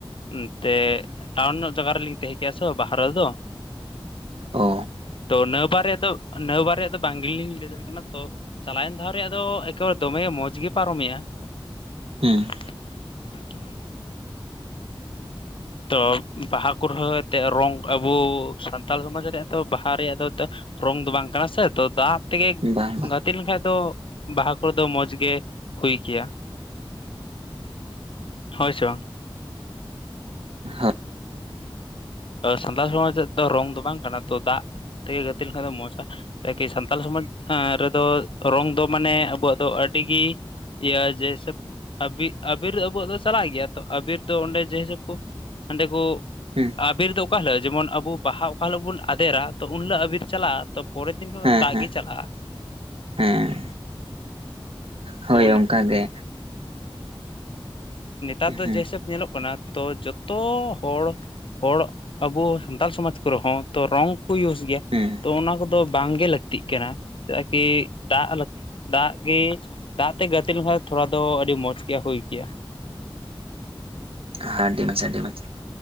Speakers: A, on the left (about 65°); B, on the right (about 80°).
A: ᱮᱱᱛᱮ ᱴᱟᱣᱩᱱ ᱧᱚᱜ ᱡᱟᱭᱜᱟ ᱨᱮᱞᱤᱧ ᱛᱟᱦᱮᱸ ᱠᱮᱼᱟ ᱥᱮ ᱵᱟᱦᱟ ᱨᱮᱫᱚ᱾
B: ᱚ ᱾
A: ᱛᱚ ᱱᱟᱹᱣ ᱵᱟᱨᱮ ᱫᱚ ᱱᱟ. ᱣ ᱵᱟᱨᱮᱜ ᱫᱚ ᱵᱟᱝᱜᱤᱞᱤᱧ ᱞᱟᱹᱭ ᱫᱟᱲᱮᱭᱟᱜ ᱠᱟᱱᱟ ᱛᱚ ᱪᱟᱞᱟᱣᱮᱱ ᱫᱷᱟᱣ ᱨᱮᱭᱟᱜ ᱫᱚ ᱮᱠᱮᱵᱟᱨᱮ ᱫᱚᱢᱮ ᱢᱚᱡᱽ ᱜᱮ ᱯᱟᱨᱚᱢᱮᱭᱟ ᱾
B: ᱦᱮᱸ ᱾
A: <unintelligible> ᱛᱚ ᱵᱟᱦᱟ ᱠᱚ ᱨᱮᱦᱚᱸ ᱮᱱᱛᱮᱫ ᱨᱚᱝ ᱟᱜᱩ ᱥᱟᱱᱛᱟᱲ ᱥᱚᱢᱟᱡᱽ ᱨᱮᱭᱟᱜ ᱛᱚ ᱵᱟᱦᱟ ᱨᱮᱭᱟᱜ ᱫᱚ ᱛᱚ ᱨᱚᱝ ᱫᱚ ᱵᱟᱝ ᱠᱟᱱᱟ ᱥᱮ ᱛᱚ ᱫᱟᱜ ᱛᱮᱜᱮ
B: ᱵᱟᱝ ᱵᱟᱝ
A: ᱜᱟ ᱜᱟᱛᱮ ᱞᱮᱱᱠᱷᱟᱡ ᱫᱚ ᱵᱟᱦᱟ ᱠᱚᱫᱚ ᱢᱚᱡᱽ ᱜᱮ ᱦᱩᱭ ᱠᱮᱭᱟ ᱾ ᱦᱳᱭ ᱥᱮ ᱵᱟᱝ?
B: <unintelligible>
A: ᱥᱟᱱᱛᱟᱲ ᱥᱚᱢᱟᱡᱽ ᱫᱚ ᱨᱚᱝ ᱫᱚ ᱵᱟᱝ ᱠᱟᱱᱟ ᱛᱚ ᱫᱟᱜ ᱛᱮᱜᱮ ᱜᱟᱛᱮ ᱞᱮᱱᱠᱷᱟᱱ ᱫᱚ ᱢᱚᱸᱡᱽ ᱚᱜ-ᱟ᱾ ᱮᱠᱤ ᱥᱟᱱᱛᱟᱲ ᱥᱚᱢᱟᱡᱽ ᱨᱮᱫᱚ ᱨᱚᱝ ᱫᱚ ᱢᱟᱱᱮ ᱟᱵᱚᱣᱟᱜ ᱫᱚ ᱟᱹᱰᱤ ᱜᱮ ᱤᱭᱟᱹ ᱡᱮᱭᱥᱮᱵ ᱟᱵᱤ ᱟᱵᱤᱨ ᱟᱵᱚᱣᱟᱜ ᱫᱚ ᱪᱟᱞᱟᱜ ᱜᱮᱭᱟ ᱛᱚ᱾ ᱟᱵᱤᱨ ᱫᱚ ᱚᱸᱰᱮ ᱡᱮ ᱦᱤᱥᱟᱹᱵ ᱠᱚ ᱚᱸᱰᱮ ᱠᱚ᱾
B: ᱦᱩᱸ᱾
A: ᱟᱵᱤᱨ ᱫᱚ ᱚᱠᱟ ᱦᱤᱞᱳᱜ ᱡᱮᱢᱚᱱ ᱟᱵᱚ ᱵᱟᱦᱟ ᱚᱠᱟ ᱦᱤᱞᱳᱜ ᱵᱚᱱ ᱟᱫᱮᱨᱟ ᱛᱚ ᱩᱱ ᱦᱤᱞᱳᱜ ᱟᱵᱤᱨ ᱪᱟᱞᱟᱜ-ᱟ᱾ ᱯᱚᱨᱮᱨ ᱫᱤᱱ ᱠᱷᱚᱱ
B: ᱦᱮᱸ
A: ᱫᱚ ᱫᱟᱜ
B: ᱦᱮᱸ
A: ᱜᱮ ᱪᱟᱞᱟᱜ-ᱟ᱾
B: ᱦᱮᱸ ᱦᱳᱭ
A: ᱛᱚ
B: ᱚᱱᱠᱟ ᱜᱮ᱾
A: ᱱᱮᱛᱟᱨ ᱫᱚ
B: ᱦᱩᱸ
A: ᱡᱮ ᱦᱤᱥᱟᱹᱵ ᱧᱮᱞᱚᱜ ᱠᱟᱱᱟ ᱛᱚ ᱡᱷᱚᱛᱚ ᱦᱚᱲ ᱦᱚᱲ ᱟᱵᱚ ᱥᱟᱱᱛᱟᱲ ᱥᱚᱢᱟᱡᱽ ᱠᱚᱨᱮ ᱦᱚᱸ ᱛᱚ ᱨᱚᱝ ᱠᱚ ᱤᱭᱩᱡᱽ ᱜᱮᱭᱟ᱾
B: ᱦᱮᱸ᱾
A: ᱛᱚ ᱚᱱᱟ ᱠᱚᱫᱚ ᱵᱟᱝ ᱜᱮ ᱞᱟᱹᱠᱛᱤᱜ ᱠᱟᱱᱟ᱾ ᱪᱮᱫᱟᱜ ᱠᱤ ᱫᱟᱜ, ᱫᱟᱜ ᱜᱮ ᱫᱟᱜ ᱛᱮ ᱜᱟᱛᱮ ᱞᱮᱠᱷᱟᱱ ᱛᱷᱚᱲᱟ ᱫᱚ ᱟᱹᱰᱤ ᱢᱚᱸᱡᱽ ᱜᱮ ᱦᱩᱭ ᱠᱮᱭᱟ᱾
B: ᱦᱮᱸ ᱟᱹᱰᱤ ᱢᱚᱸᱡᱽ, ᱟᱹᱰᱤ ᱟᱹᱰᱤ ᱢᱚᱸᱡᱽ᱾